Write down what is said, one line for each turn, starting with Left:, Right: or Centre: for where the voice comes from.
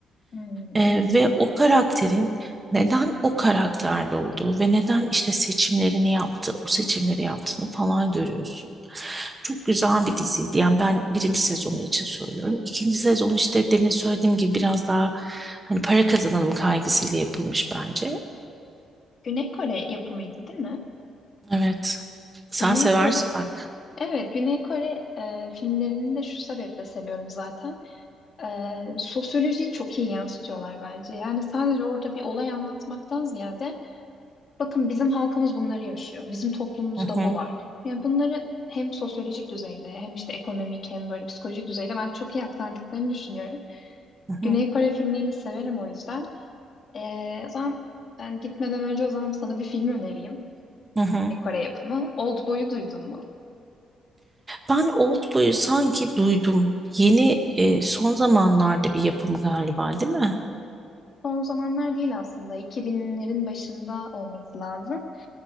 Left: hmm.
Right: Ee, ve o karakterin neden o karakterde olduğu ve neden işte seçimlerini yaptı, o seçimleri yaptığını falan görüyorsun. Çok güzel bir diziydi. Yani ben birinci sezonu için söylüyorum. İkinci sezon işte demin söylediğim gibi biraz daha hani para kazanalım kaygısıyla yapılmış bence.
Left: Güney Kore yapımıydı, değil mi?
Right: Evet. Sen
Left: Güney
Right: seversin
Left: Kore,
Right: bak.
Left: evet Güney Kore e, filmlerini de şu sebeple seviyorum zaten. E, sosyolojiyi çok iyi yansıtıyorlar bence. Yani sadece orada bir olay anlatmaktan ziyade Bakın bizim halkımız bunları yaşıyor. Bizim toplumumuzda
Right: Hı hı,
Left: bu var. Yani bunları hem sosyolojik düzeyde hem işte ekonomik hem böyle psikolojik düzeyde ben çok iyi aktardıklarını düşünüyorum.
Right: hı
Left: Güney
Right: hı,
Left: Kore filmlerini severim o yüzden. Ee, o zaman ben gitmeden önce o zaman sana bir film önereyim.
Right: hı hı.
Left: Güney Kore yapımı. Oldboy'u duydun mu?
Right: Ben Oldboy'u sanki duydum. Yeni e, son zamanlarda bir yapım galiba, değil mi?
Left: Son zamanlar değil aslında. 2000'lerin başında olması lazım.